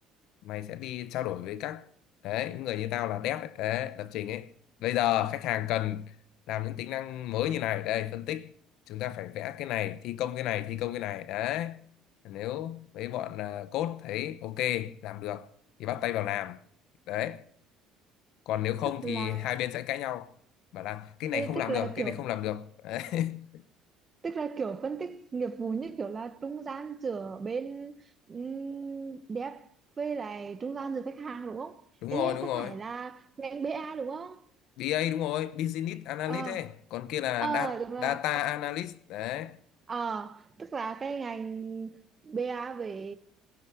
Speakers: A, on the left; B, on the right.
A: mày sẽ đi trao đổi với các đấy những người như tao là dev ấy, đấy, lập trình ấy bây giờ khách hàng cần làm những tính năng mới như này đây phân tích chúng ta phải vẽ cái này thi công cái này thi công cái này đấy nếu mấy bọn à, code thấy ok làm được thì bắt tay vào làm đấy còn nếu không
B: tức là
A: thì hai bên sẽ cãi nhau bảo là cái này
B: ê,
A: không
B: tức
A: làm
B: là
A: được cái
B: kiểu
A: này không làm được đấy. <laughs>
B: tức là kiểu phân tích nghiệp vụ như kiểu là trung gian giữa bên um, dev với lại trung gian giữa khách hàng đúng không?
A: đúng
B: Ê,
A: rồi đúng
B: có
A: rồi
B: phải là ngành bê A đúng không?
A: BA đúng rồi business analyst
B: Ờ,
A: ấy còn kia là
B: ờ
A: da-
B: đúng rồi.
A: data analyst đấy
B: Ờ, tức là cái ngành BA về